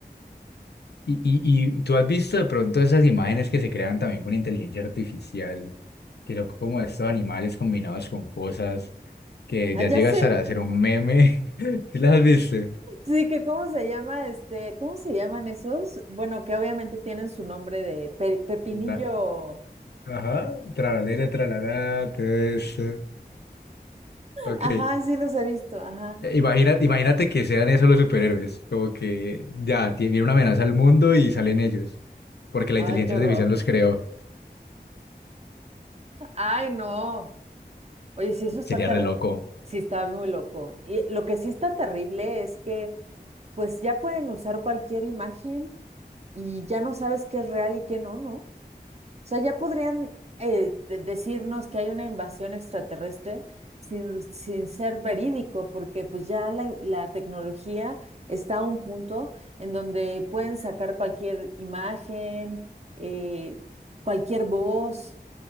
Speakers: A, on the left; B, on the right.
A: Y, y, y tú has visto de pronto esas imágenes que se crean también con inteligencia artificial, que son como estos animales combinados con cosas, que
B: Ah,
A: ya
B: ya
A: llega
B: sé.
A: hasta hacer un meme. <laughs> ¿Sí las has visto?
B: Sí, que cómo se llama, este, ¿cómo se llaman esos? Bueno, que obviamente tienen su nombre de pe- pepinillo.
A: La- Ajá, tralalera, tralalá, todo eso. Ok,
B: Ajá,
A: eh,
B: sí los he visto, ajá.
A: imagina- imagínate que sean esos los superhéroes, como que ya tie- viene una amenaza al mundo y salen ellos, porque la
B: Ay,
A: inteligencia
B: qué horror.
A: artificial los creó.
B: Ay, no. Oye, sí, eso está
A: Sería
B: terrible.
A: re loco.
B: Sí, está muy loco. Y lo que sí está terrible es que, pues ya pueden usar cualquier imagen y ya no sabes qué es real y qué no, ¿no? sea, ya podrían eh, de- decirnos que hay una invasión extraterrestre sin, sin ser verídico, porque pues ya la, la tecnología está a un punto en donde pueden sacar cualquier imagen, eh, cualquier voz,